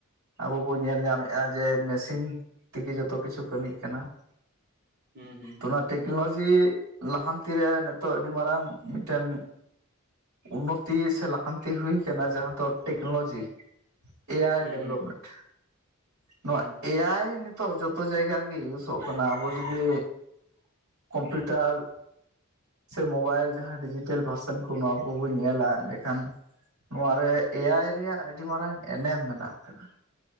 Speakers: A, on the right; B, on the right.
A: ᱟᱵᱚ ᱵᱚᱱ ᱧᱮᱞ ᱧᱟᱢᱮᱫᱼᱟ ᱡᱮ ᱢᱮᱥᱤᱱ ᱛᱮᱜᱮ ᱡᱚᱛᱚ ᱠᱤᱪᱷᱩ ᱠᱟᱹᱢᱤᱜ ᱠᱟᱱᱟ ᱾ <unintelligible>
B: ᱦᱩᱸ ᱦᱩᱸ
A: ᱚᱱᱟ ᱴᱮᱠᱱᱳᱞᱚᱡᱤ ᱞᱟᱦᱟᱱᱛᱤ ᱨᱮ ᱱᱤᱛᱚᱜ ᱟᱹᱰᱤ ᱢᱟᱨᱟᱝ ᱢᱤᱫᱴᱮᱱ ᱩᱱᱱᱚᱛᱤ ᱥᱮ ᱞᱟᱦᱟᱱᱛᱤ ᱦᱩᱭ ᱟᱠᱟᱱᱟ ᱡᱟᱦᱟᱸ ᱫᱚ ᱴᱮᱠᱱᱳᱞᱚᱡᱤ ᱮᱭᱟᱭ ᱰᱮᱵᱷᱞᱚᱯᱢᱮᱱᱴ᱾
B: ᱦᱩᱸ
A: ᱱᱚᱣᱟ
B: ᱦᱩᱸ
A: ᱮᱭᱟᱭ ᱱ ᱱᱤᱛᱚ ᱡᱚᱛᱚ ᱡᱟᱭᱜᱟ ᱨᱮᱜᱮ ᱤᱭᱩᱥᱚᱜ ᱠᱟᱱᱟ ᱟᱵᱚ ᱡᱩᱫᱤ ᱠᱚᱢᱯᱤᱭᱩᱴᱟᱨ ᱥᱮ ᱢᱳᱵᱟᱭᱤᱞ ᱡᱟᱦᱟᱸ ᱰᱤᱡᱤᱴᱮᱞ ᱯᱟᱨᱥᱮᱱ ᱠᱚ ᱱᱚᱣᱟ ᱠᱚᱵᱚᱱ ᱧᱮᱞᱟ ᱮᱸᱰᱮᱠᱷᱟᱱ ᱱᱚᱣᱟᱟᱨᱮ ᱮᱭᱟᱭ ᱨᱮᱭᱟᱜ ᱟᱹᱰᱤ ᱢᱟᱨᱟᱝ ᱮᱱᱮᱢ ᱢᱮᱱᱟᱜ ᱟᱠᱟᱫᱟ ᱾